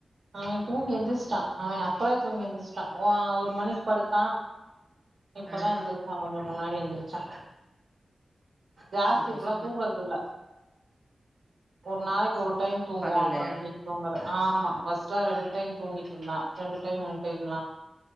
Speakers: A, on the right; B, on the right.
A: அவே தூங்கி எந்திரச்சிட்டா அவே அப்பளே தூங்கி எந்திரிச்சிட்டா ஒ ஒரு மணிக்கு படுத்தா இப்பதா
B: ஆ
A: எந்திரிச்சா கொஞ்ச முன்னாடி எந்திரிச்சா ஜாஸ்தி
B: சூப்பர்
A: இப்பல்லா
B: சூப்பர்
A: தூங்குறதுல்ல ஒரு நாளைக் ஒரு டைம் தூங்குவோ
B: பகல்லையா
A: அப்புற நைட் தூங்காது ஆமா ஃபர்ஸ்ட்லா ரெண்டு டைம் தூங்கிட்டு இருந்தா ரெண்டு டைம் மூணு டைம்லா